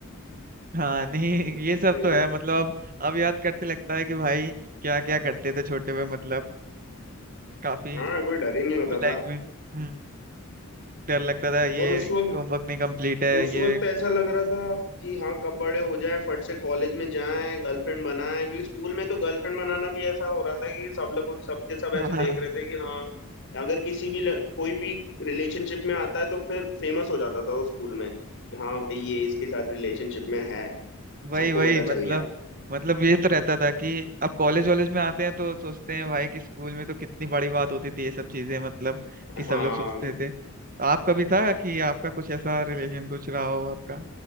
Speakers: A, on the right; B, on the left.
A: हाँ नहीं ये सब
B: ए,
A: तो है मतलब अब अब याद करते लगता है कि भाई क्या क्या करते थे छोटे हुए मतलब काफी
B: हाँ कोई डर ही नहीं
A: स्कूल
B: होता
A: लाइफ
B: था
A: में हम्म डर लगता था ये
B: और उस वक्त
A: होमवर्क नहीं कंप्लीट है
B: उस
A: ये
B: वक्त ऐसा लग रहा था कि हाँ कब बड़े हो जाएं फट से कॉलेज में जाएं गर्लफ्रेंड बनाएं क्योंकि स्कूल में तो गर्लफ्रेंड बनाना भी ऐसा हो रहा था कि सब लोग सबके सब
A: <laughs>
B: ऐसे
A: हाँ,
B: देख रहे थे कि हाँ अगर किसी भी ल- कोई भी रिलेशनशिप में आता है तो फिर फेमस हो जाता था वो स्कूल में कि हाँ भाई ये इसके साथ रिलेशनशिप में है
A: वही
B: सबको
A: वही
B: पता
A: मतलब
B: चल गया
A: मतलब ये तो रहता था कि अब कॉलेज वॉलेज में आते हैं तो सोचते हैं भाई कि स्कूल में तो कितनी बड़ी बात होती थी ये सब चीजें मतलब कि सब
B: हाँ
A: लोग सोचते थे तो आपका भी था कि आपका कुछ ऐसा रिलेशन कुछ रहा हो आपका